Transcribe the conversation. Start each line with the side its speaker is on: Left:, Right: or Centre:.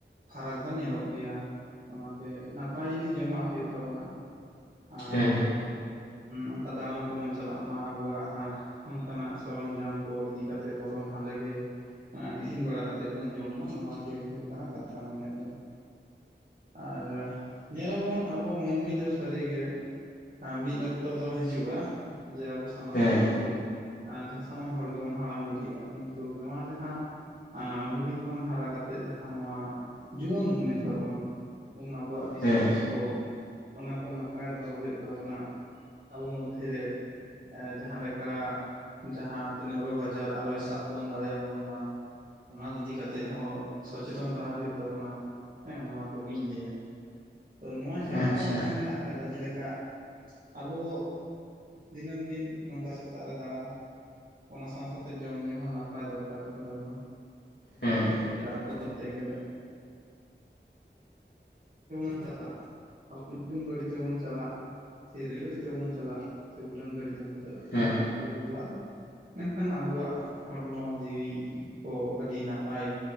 Right: ᱯᱷᱟᱨᱟᱠ ᱫᱚ ᱧᱮᱞᱚᱜ ᱜᱮᱭᱟ ᱚᱱᱟᱛᱮ ᱱᱟᱯᱟᱭ ᱡᱤᱱᱤᱥ ᱡᱚᱢᱟᱜ ᱦᱩᱭᱩᱜ ᱛᱟᱵᱚᱱᱟ ᱟᱨ
Left: ᱦᱮᱸ
Right: ᱚᱱᱠᱟ ᱫᱟᱬᱟᱱ ᱠᱚᱵᱚᱱ ᱪᱟᱞᱟᱜ ᱢᱟ ᱟᱵᱚᱣᱟᱜ ᱚᱝᱠᱟᱱᱟᱜ ᱥᱚᱨᱚᱢ ᱡᱟᱢ ᱠᱚ ᱤᱫᱤ ᱠᱟᱛᱮᱫ ᱵᱚᱨᱚᱝ ᱦᱟᱸᱰᱮ ᱜᱮ ᱮ ᱤᱥᱤᱱ ᱵᱟᱲᱟ ᱠᱟᱛᱮᱫ ᱵᱚᱱ ᱡᱚᱢ ᱢᱟ ᱱᱚᱣᱟ ᱜᱮ ᱦᱩᱭᱩᱜ ᱠᱟᱱᱟ ᱠᱟᱛᱷᱟ ᱢᱚᱱᱮᱫ ᱫᱚ ᱟᱨ ᱧᱮᱞᱟᱵᱚᱱ ᱟᱵᱚ ᱢᱟᱹᱱᱢᱤ ᱫᱚ ᱥᱟᱹᱨᱤᱜᱮ ᱦᱟᱸ ᱢᱤᱫ ᱚᱠᱛᱚ ᱫᱚ ᱦᱤᱡᱩᱜᱼᱟ ᱡᱮ ᱟᱵᱚ ᱥᱟᱱᱟᱢ
Left: ᱦᱮᱸ
Right: ᱦᱚᱲ ᱜᱮᱵᱚᱱ ᱟᱸ ᱡᱟᱦᱟᱸ ᱥᱟᱱᱟᱢ ᱦᱚᱲ ᱜᱮᱵᱚᱱ ᱦᱟᱲᱟᱢ ᱵᱩᱰᱷᱤᱜᱼᱟ ᱠᱤᱱᱛᱩ ᱱᱚᱣᱟ ᱡᱟᱦᱟᱸ ᱟᱸ ᱦᱩᱰᱤᱧ ᱠᱷᱚᱱ ᱦᱟᱨᱟ ᱠᱟᱛᱮᱜ ᱡᱟᱦᱟᱸ ᱱᱚᱣᱟ ᱡᱩᱣᱟᱹᱱ ᱩᱢᱮᱨ ᱛᱟᱵᱚᱱ ᱩᱱ ᱟᱵᱚᱣᱟᱜ ᱫᱤᱥ
Left: ᱦᱮᱸ
Right: ᱦᱩᱫᱤᱥ ᱠᱚ ᱚᱱᱟ ᱠᱚ ᱱᱟᱯᱟᱭ ᱫᱚᱦᱚ ᱦᱩᱭᱩᱜ ᱛᱟᱵᱚᱱᱟ ᱟᱵᱚ ᱢᱚᱫᱽᱫᱷᱮ ᱨᱮ, ᱮᱸ ᱡᱟᱦᱟᱸ ᱞᱮᱠᱟ ᱡᱟᱦᱟᱸ ᱛᱤᱱᱟᱹᱜ ᱨᱳᱜᱽ ᱟᱡᱟᱨ ᱟᱞᱚᱭ ᱥᱟᱵ ᱵᱚᱱ ᱫᱟᱲᱮᱭᱟ ᱵᱚᱱ ᱢᱟ, ᱚᱱᱟ ᱠᱚ ᱤᱫᱤ ᱠᱟᱛᱮᱫ ᱦᱚᱸ ᱥᱚᱪᱮᱛᱚᱱ ᱛᱟᱦᱮᱸ ᱦᱩᱭᱩᱜ ᱛᱟᱵᱚᱱᱟ, ᱦᱮᱸ ᱱᱚᱣᱟ ᱠᱚᱜᱤᱧ ᱞᱟᱹᱭᱟ ᱛᱚ ᱱᱚᱣᱟ ᱪᱷᱟᱲᱟ
Left: ᱟᱪᱪᱷᱟ
Right: ᱦᱚᱸ ᱟᱨᱦᱚᱸ ᱢᱮᱱᱟᱜ ᱟᱠᱟᱫᱟ ᱡᱮᱞᱮᱠᱟ ᱟᱵᱚ ᱫᱤᱱᱟᱹᱢ ᱫᱤᱱ ᱱᱚᱝᱠᱟ ᱥᱮᱛᱟᱜ ᱨᱮ ᱫᱟᱬᱟ, ᱚᱱᱟ ᱥᱟᱶ ᱥᱟᱶᱛᱮ ᱡᱚᱢ ᱧᱩ ᱦᱚᱸ ᱱᱟᱯᱟᱭ ᱫᱚᱨᱠᱟᱨᱚᱜ ᱠᱟᱱ ᱛᱟᱵᱚᱱᱟ,
Left: ᱦᱮᱸ
Right: <unintelligible> ᱛᱮ ᱜᱮ ᱞᱮ <unintelligible> <unintelligible> ᱟᱵᱚ ᱰᱩᱞᱩᱝ ᱜᱟᱹᱰᱤ ᱛᱮᱵᱚᱱ ᱪᱟᱞᱟᱜ ᱥᱮ ᱨᱮᱞ ᱜᱟᱹᱰᱤ ᱛᱮᱵᱚᱱ ᱪᱟᱞᱟᱜ ᱥᱮ ᱩᱰᱟᱹᱱ ᱜᱟᱹᱰᱤ ᱛᱮᱵᱚᱱ ᱪᱟᱞᱟᱜ,
Left: ᱦᱮᱸ
Right: ᱡᱟᱦᱟᱱᱟᱜ ᱛᱮᱜᱮ ᱵᱚᱱ ᱞᱟᱜ ᱟ ᱢᱮᱱᱠᱷᱟᱱ ᱟᱵᱚᱣᱟᱜ ᱦᱚᱲᱢᱚ ᱡᱤᱣᱤ ᱠᱚ ᱟᱹᱰᱤ ᱱᱟᱯᱟᱭ